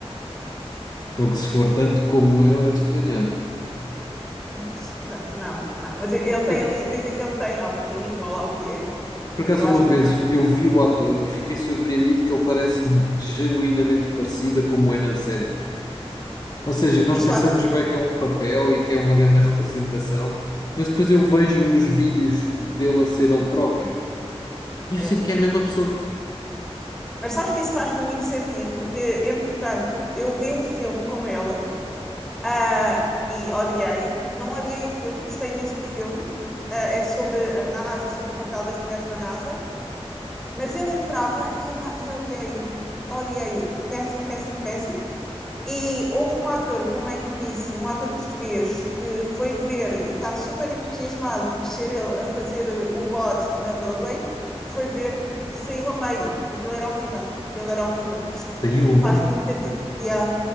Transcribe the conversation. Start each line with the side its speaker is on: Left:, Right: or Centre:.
Left: fogo, se for tanto como ele, é de estranhar.
Centre: Ah, Tanto não, não. Mas ele
Left: Cara,
Centre: tem ali, dizem que ele tem autismo ou lá o que é.
Left: Por acaso,
Centre: Eu acho
Left: uma
Centre: que
Left: vez
Centre: não tem.
Left: eu vi o ator e fiquei surpreendido que ele parece-me genuinamente parecida como é na série. Ou seja, nós
Centre: Viste
Left: pensamos
Centre: o
Left: bem que é um papel e que é uma grande representação, mas depois eu vejo nos vídeos dele a ser ele próprio e eu
Centre: É.
Left: sinto que é a mesma pessoa.
Centre: Mas sabes que isso faz muito sentido, porque, entretanto, eu vi um filme com ela, ah, e odiei. Não odiei o filme, gostei imenso do filme. Ah, é sobre a NASA e sobre o papel das mulheres na NASA, mas ele entrava e, epá, e odiei-o. Odiei-o. Péssimo, péssimo, péssimo. E houve um ator também que disse, um ator português, que foi ver e estava super entusiasmado por ser ele a fazer eh, o God na Broadway, foi ver e saiu a meio, porque aquilo era horrível. Ele era horrível.
Left: Caiu a meio?
Centre: Faz muito sentido. Yeah.